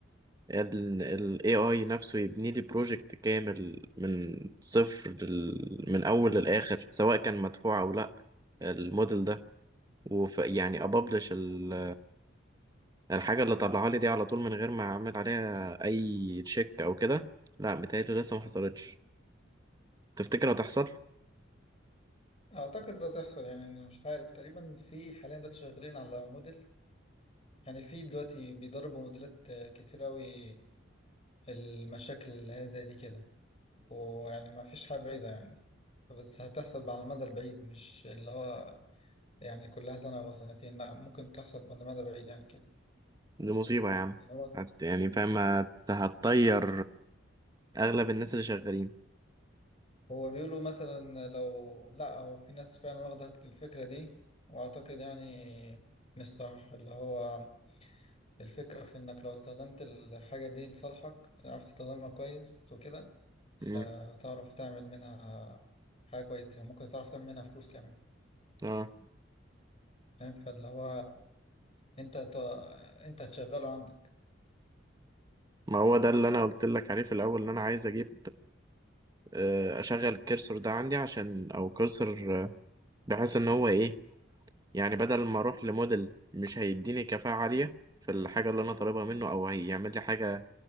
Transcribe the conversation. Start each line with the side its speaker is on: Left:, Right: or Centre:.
Right: ال ال AI نفسه يبني لي بروجكت كامل من صفر لل... من اول للاخر سواء كان مدفوع او لا الموديل ده وف يعني ابابلش ال... الحاجة اللي طلعها لي دي على طول من غير ما اعمل عليها اي تشيك او كده لا متهيألي لسه ما حصلتش تفتكر هتحصل؟
Left: اعتقد ده تحصل يعني أنا مش عارف تقريبا في حاليا دلوقتي شغالين على موديل يعني في دلوقتي بيدربوا موديلات آه، كتير اوي المشاكل اللي هي زي دي كده ويعني ما فيش حاجة بعيدة يعني بس هتحصل على المدى البعيد مش اللي هو يعني كلها سنة أو سنتين لا ممكن تحصل على المدى البعيد يعني كده
Right: دي مصيبة يا عم
Left: إن هو
Right: هت- يعني فاهم هت- هتطير أغلب الناس اللي شغالين
Left: هو بيقولوا مثلا لو لا هو في ناس فعلا واخدة الفكرة دي واعتقد يعني مش صح اللي هو الفكرة في انك لو استخدمت الحاجة دي لصالحك تعرف تستخدمها كويس وكده فتعرف
Right: مم.
Left: تعمل منها حاجة كويسة ممكن تعرف تعمل منها فلوس كمان
Right: اه
Left: فاهم فاللي هو انت ت... انت هتشغله عندك
Right: ما هو ده اللي أنا قلت لك عليه في الأول إن أنا عايز أجيب آه، أشغل الكرسور ده عندي عشان أو كرسور آه، بحيث إن هو إيه يعني بدل ما أروح لموديل مش هيديني كفاءة عالية في الحاجة اللي أنا طالبها منه أو هيعمل لي حاجة